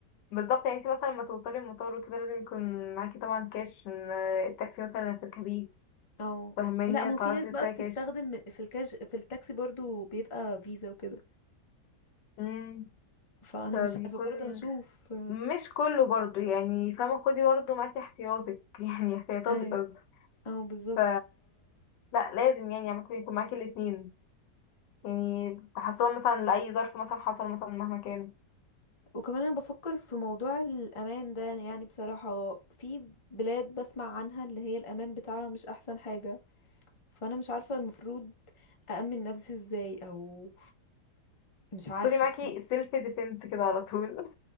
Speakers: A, on the left (about 90°); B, on the left (about 35°).
A: بالظبط يعني انت مثلا لما توصلي المطار وكده لازم يكون معاكي طبعا كاش عشان، آه، التاكسي مثلا اللي هتركبيه
B: اه
A: فاهماني
B: لا ما
A: تعرفي
B: هو في ناس بقى
A: تدفعي
B: بتستخدم
A: كاش
B: في الكاش في التاكسي برضو بيبقى فيزا وكده
A: امم
B: فانا
A: فبيكون
B: مش عارفه برضو هشوف
A: مش كله برضو يعني فاهمة خدي برضو معاكي احتياطك <laughs> يعني احتياطاتك
B: ايوه
A: قصدي
B: اه بالظبط
A: ف لا لازم يعني عامة يكون معاكي الاتنين يعني تحسوها مثلا لأي ظرف مثلا حصل مثلا مهما كان
B: وكمان انا بفكر في موضوع الامان ده يعني بصراحه في بلاد بسمع عنها اللي هي الامان بتاعها مش احسن حاجه فانا مش عارفه المفروض اامن نفسي ازاي او مش عارفه
A: خدي معاكي
B: بصراحه
A: سيلف ديفense كده على طول